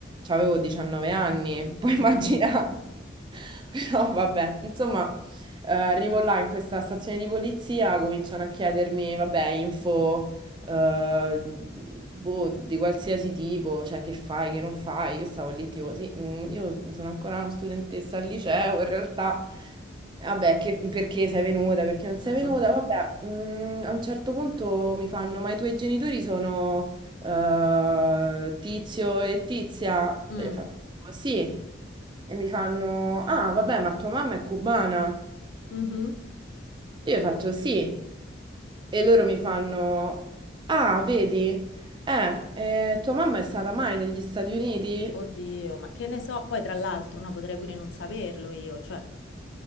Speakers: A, on the right; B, on the left.
A: avevo 19 anni, puoi
B: Mm,
A: immaginare,
B: mm,
A: <laughs> però vabbè, insomma... Eh, arrivo là in questa stazione di polizia, cominciano a chiedermi, vabbè, info eh, boh, di qualsiasi tipo, cioè che fai, che non fai. Io stavo lì tipo, sì, mm, io sono ancora una studentessa al liceo, in realtà, vabbè, che- perché sei venuta, perché non sei
B: mm,
A: venuta, vabbè, mm, a un certo punto mi fanno, ma i tuoi genitori sono eh, Tizio e Tizia?
B: mm,
A: E io ho fatto, sì. E mi fanno, ah, vabbè, ma tua mamma è cubana?
B: mhm.
A: Io faccio sì. E loro mi fanno, ah, vedi, eh, eh, tua mamma è stata mai negli Stati Uniti?
B: Oddio, ma che ne so? Poi tra l'altro, no, potrei pure non saperlo io, cioè...